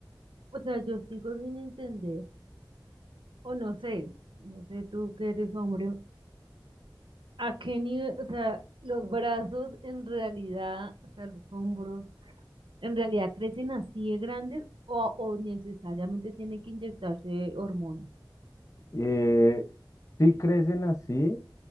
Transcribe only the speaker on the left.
Eh, sí crecen así,